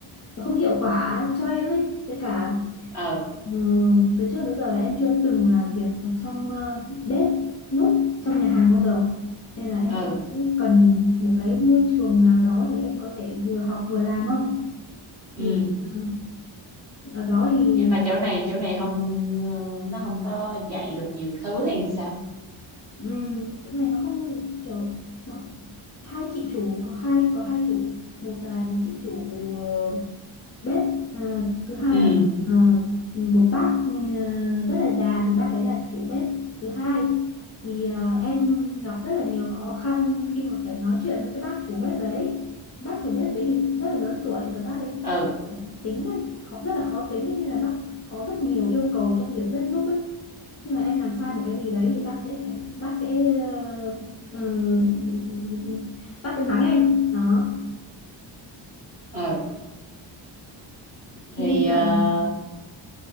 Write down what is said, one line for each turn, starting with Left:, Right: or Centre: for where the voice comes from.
Left: nó không hiệu quả cho em ấy với cả
Right: ừ,
Left: ừ, từ trước đến giờ là em chưa từng làm việc ở trong ờ, bếp núc trong nhà hàng bao giờ nên là em
Right: ừ,
Left: cũng cần một cái môi trường nào đó để em có thể vừa học vừa làm không
Right: ừ.
Left: thì ừ, ở đó thì
Right: Nhưng mà chỗ này, chỗ này không, ờ, nó không có dạy được nhiều thứ hay sao?
Left: ừm, chỗ này nó không kiểu nó hai chị chủ có hai có hai chủ một là một chị chủ ờ, bếp Ờ, thứ hai
Right: Ừ,
Left: là ờ, một bác ờ, rất là già thì bác ấy là chủ bếp thứ hai thì ờ, em gặp rất là nhiều khó khăn khi mà phải nói chuyện với cái bác chủ bếp đấy bác chủ bếp đấy thì rất là lớn tuổi và bác ấy
Right: ừ,
Left: tính rất khó rất là khó tính ấy, nên là bác có rất nhiều yêu cầu trong việc bếp núc ấy khi mà em làm sai một cái gì đấy thì bác sẽ phải bác sẽ ờ, ừ, ừ, ừ, ừ, bác sẽ mắng em đó
Right: ừ.
Left: thế
Right: Thì,
Left: nên là
Right: ờ,